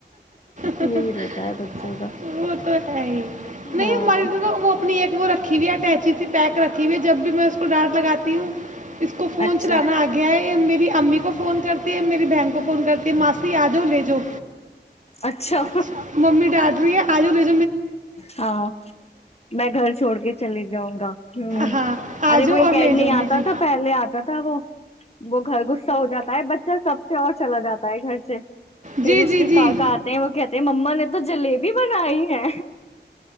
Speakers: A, on the right; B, on the left.
A: وہ
B: یہی رہتا ہے بچوں کا
A: تو ہے ہی نہیں
B: ہاں
A: ہماری تو وہ اپنی ایک وہ رکھی <inaudible> پیک رکھی ہوئی ہے جب بھی میں اس کو ڈانٹ لگاتی ہوں اس کو فون
B: اچھا
A: چلانا آ گیا ہے میری امی کو فون کرتی ہے میری بہن کو فون کرتی ہے ماسی آ جاؤ لے جاؤ
B: اچھا
A: اچا ممی ڈیڈ <inaudible>
B: ہاں میں گھر چھوڑ کے چلے جاؤں گا ہ
A: ہاں آ
B: ارے
A: جاؤ
B: وہ ایک
A: اور
B: ایڈنی
A: لے جاؤ مجھے
B: آتا تھا پہلے آتا تھا وہ وہ گھر گغصہ ہو جاتا ہے بچہ سب سے اور چلا جاتا ہے گھر سے پھر
A: جی
B: اس
A: جی
B: کے
A: جی
B: کاکا آتے ہیں وہ کہتے مما نے تو جلیبی بنائی ہے